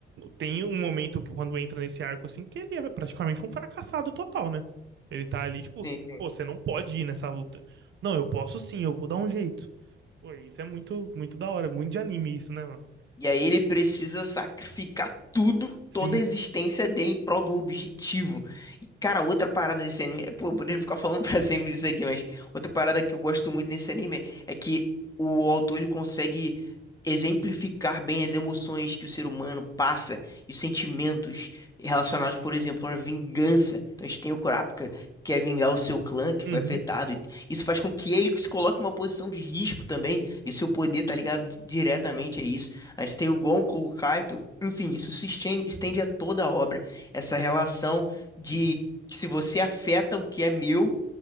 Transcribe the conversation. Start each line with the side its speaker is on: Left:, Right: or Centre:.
Right: tem um momento que, quando entra nesse arco, assim, que ele é praticamente um fracassado total, né? Ele tá ali, tipo,
Left: Sim, sim.
Right: pô, você não pode ir nessa luta. Não, eu posso sim, eu vou dar um jeito. Pô, isso é muito, muito da hora, muito de anime isso, né, mano?
Left: E aí ele precisa sacrificar tudo,
Right: Sim.
Left: toda a existência dele em prol do objetivo. E, cara, outra parada desse anime. Pô, eu poderia ficar falando <laughs> pra sempre disso aqui, mas outra parada que eu gosto muito desse anime é que o autor ele consegue exemplificar bem as emoções que o ser humano passa e os sentimentos relacionados, por exemplo, à vingança. Então a gente tem o Kurapika. que Quer vingar o seu clã que
Right: Uhum,
Left: foi afetado. e Isso faz com que ele se coloque em uma posição de risco também. E o seu poder tá ligado diretamente a isso. A gente tem o Gonko, o Kaito. Enfim, isso se esten- estende a toda a obra. Essa relação de que se você afeta o que é meu,